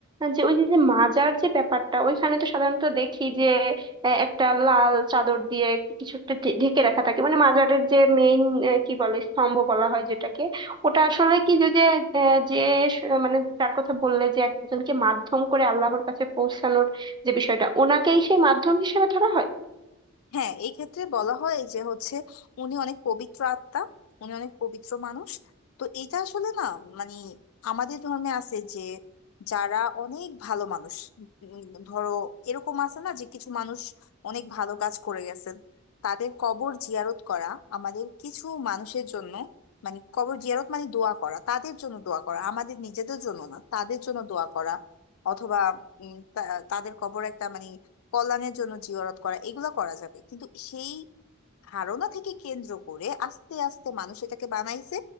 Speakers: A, on the right; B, on the left.
A: যে ওই যে যে মাজার যে ব্যাপারটা ওইখানে তো সাধারণত দেখি যে আহ, একটা লাল চাদর দিয়ে কিছু একটা ঢে- ঢেকে রাখা থাকে মানে মাজারের যে মেইন কি বলে স্তম্ভ বলা হয় যেটাকে ওটা আসলে কি যে যে আহ, যে স- মানে যার কথা বললে যে একজনকে মাধ্যম করে আল্লাহর কাছে পৌঁছানোর যে বিষয়টা ওনাকেই সেই মাধ্যম হিসেবে ধরা হয়
B: হ্যাঁ এই ক্ষেত্রে বলা হয় যে হচ্ছে উনি অনেক পবিত্র আত্মা উনি অনেক পবিত্র মানুষ তো এটা আসলে না মানে আমাদের ধর্মে আছে যে যারা অনেক ভালো মানুষ উম, ধরো এরকম আছে না যে কিছু মানুষ অনেক ভালো কাজ করে গেছেন তাদের কবর জিয়ারত করা আমাদের কিছু মানুষের জন্য মানে কবর জিয়ারত মানে দোয়া করা তাদের জন্য দোয়া করা আমাদের নিজেদের জন্য না তাদের জন্য দোয়া করা অথবা উম, তা- তাদের কবর একটা মানে কল্যাণের জন্য জিয়ারত করা এগুলা করা যাবে কিন্তু সেই ধারণা থেকে কেন্দ্র করে আস্তে আস্তে মানুষ এটাকে বানাইছে